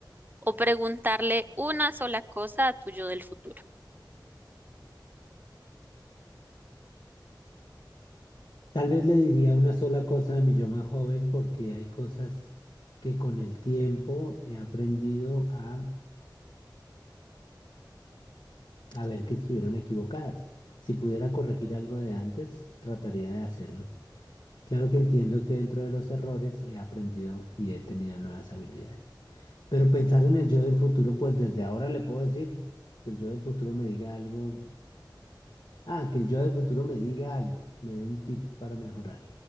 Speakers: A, on the right; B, on the left.
A: o preguntarle una sola cosa a tu yo del futuro?
B: Tal vez le diría una sola cosa a mi yo más joven porque hay cosas que con el tiempo he aprendido a a ver que estuvieron equivocadas. Si pudiera corregir algo de antes, trataría de hacerlo. Claro que entiendo que dentro de los errores he aprendido y he tenido nuevas habilidades. Pero pensar en el yo del futuro, pues desde ahora le puedo decir que el yo del futuro me diga algo. Ah, que el yo del futuro me diga algo, me dé un tip para mejorar.